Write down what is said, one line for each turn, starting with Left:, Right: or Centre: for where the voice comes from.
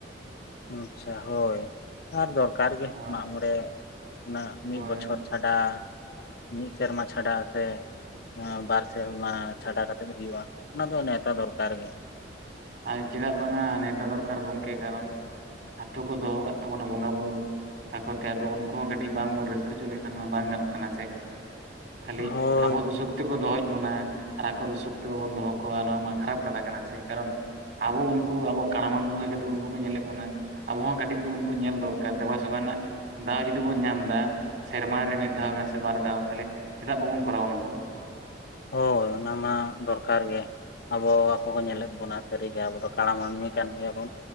Left: ᱟᱪᱷᱟ ᱦᱳᱭ ᱟᱨ ᱫᱚᱨᱠᱟᱨ ᱜᱮ
Right: ᱦᱳᱭ
Left: ᱢᱟᱜ ᱢᱚᱬᱮ ᱚᱱᱟ
Right: ᱦᱳᱭ
Left: ᱢᱤᱫ ᱵᱚᱪᱷᱚᱨ ᱪᱷᱟᱰᱟ ᱢᱤᱫ ᱥᱮᱨᱢᱟ ᱪᱷᱟᱰᱟ ᱥᱮ ᱵᱟᱨ ᱥᱮᱨᱢᱟ ᱪᱷᱟᱰᱟ ᱠᱟᱛᱮᱜ ᱦᱩᱭᱩᱜᱼᱟ᱾ ᱚᱱᱟ ᱫᱚ ᱱᱮᱶᱛᱟ ᱫᱚᱨᱠᱟᱨ ᱜᱮ
Right: ᱟᱨ ᱪᱮᱫᱟᱜ ᱵᱟᱝᱟ ᱱᱮᱣᱛᱟ ᱫᱚᱨᱠᱟᱨ ᱜᱚᱢᱠᱮ ᱠᱟᱨᱚᱱ ᱟᱛᱳ ᱠᱚ ᱫᱚᱦᱚ ᱠᱟᱜ ᱛᱟᱵᱚᱱᱟ ᱵᱚᱸᱜᱟ ᱵᱩᱨᱩ ᱛᱟᱠᱚ ᱛᱮ ᱟᱫᱚ ᱩᱱᱠᱩ ᱦᱚᱸ ᱠᱟᱹᱴᱤᱡ ᱵᱟᱝ ᱵᱚ ᱨᱟᱹᱥᱠᱟᱹ ᱦᱚᱪᱚ ᱞᱮᱠᱷᱟᱱ ᱢᱟ ᱵᱟᱝ ᱜᱟᱱᱚᱜ ᱠᱟᱱᱟ ᱥᱮ ᱠᱷᱟᱹᱞᱤ
Left: ᱦᱳᱭ
Right: ᱟᱵᱚ ᱫᱚ ᱥᱩᱠ ᱛᱮ ᱠᱚ ᱫᱚᱦᱚᱭᱮᱫ ᱵᱚᱱᱟ᱾ ᱟᱨ ᱟᱠᱚ ᱫᱚ ᱥᱩᱠ ᱛᱮ ᱵᱟᱵᱚᱱ ᱫᱚᱦᱚ ᱠᱚᱣᱟ ᱱᱚᱣᱟ ᱢᱟ ᱠᱷᱟᱨᱟᱯ ᱠᱟᱛᱷᱟ ᱠᱟᱱᱟ ᱥᱮ ᱠᱟᱨᱚᱱ ᱟᱵᱚ ᱩᱱᱠᱩ ᱟᱵᱚᱣᱟᱜ ᱠᱟᱬᱟᱢ ᱢᱟᱹᱱᱢᱤ ᱦᱩᱭ ᱠᱟᱛᱮ ᱩᱱᱠᱩ ᱠᱚ ᱧᱮᱞᱮᱫ ᱵᱚᱱᱟ᱾ ᱟᱵᱚ ᱦᱚᱸ ᱠᱟᱹᱴᱤᱡ ᱫᱚ ᱩᱱᱠᱩ ᱧᱮᱞ ᱫᱚᱨᱠᱟᱨ ᱫᱮᱵᱟ ᱥᱮᱵᱟ ᱨᱮᱱᱟᱜ ᱫᱟᱣ ᱡᱩᱫᱤ ᱵᱚᱱ ᱧᱟᱢ ᱮᱫᱟ᱾ ᱥᱮᱨᱢᱟ ᱨᱮ ᱢᱤᱫ ᱫᱷᱟᱣ ᱥᱮ ᱵᱟᱨ ᱫᱷᱟᱣ ᱛᱟᱦᱞᱮ ᱪᱮᱫᱟᱜ ᱵᱟᱵᱚᱱ ᱠᱚᱨᱟᱣ ᱚᱱᱟ ᱦᱚᱸ᱾
Left: ᱦᱳᱭ ᱚᱱᱟ ᱢᱟ ᱫᱚᱨᱠᱟᱨ ᱜᱮ, ᱟᱵᱚ ᱟᱠᱚ ᱠᱚ ᱧᱮᱞᱮᱫ ᱵᱚᱱᱟ ᱥᱟᱹᱨᱤᱜᱮ ᱟᱵᱚ ᱫᱚ ᱠᱟᱲᱟ ᱢᱟᱹᱱᱢᱤ ᱠᱟᱱ ᱜᱮᱭᱟᱵᱚᱱ᱾